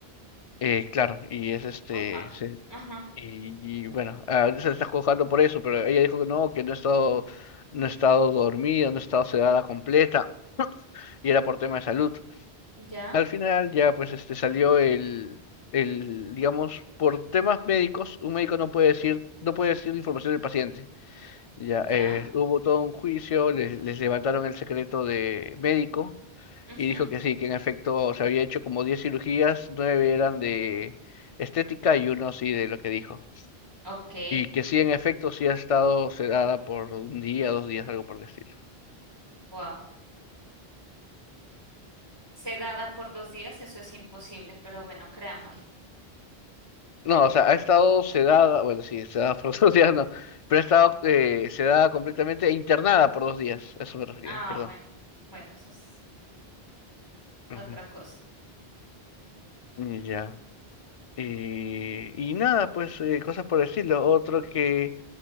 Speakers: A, on the left (about 45°); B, on the right (about 25°).
A: Eh, claro, y es este,
B: Opa.
A: se-
B: Ajá.
A: y, y bueno, ahorita se le está juzgando por eso, pero ella dijo que no, que no he estado, no he estado dormida, no he estado sedada completa, y era por tema de salud.
B: Ya,
A: Al final ya pues este salió el, el, digamos, por temas médicos, un médico no puede decir, no puede decir información del paciente. Ya,
B: ya,
A: eh, hubo todo un juicio, les, les levantaron el secreto de médico
B: ujú,
A: y dijo que sí, que en efecto se había hecho como 10 cirugías, 9 eran de estética y uno sí de lo que dijo.
B: Ok,
A: Y que sí, en efecto, sí ha estado sedada por un día, dos días, algo por el estilo.
B: wow. Sedada por dos días, eso es imposible, pero bueno, creámosle.
A: No, o sea, ha estado sedada, bueno, sí, sedada por <laughs> dos días, no, pero ha estado eh, sedada completamente e internada por dos días, a eso me refería,
B: Ah,
A: perdón.
B: bueno, bueno, eso es
A: Ujú,
B: otra cosa.
A: Ya. Y, y nada, pues eh, cosas por el estilo. Otro que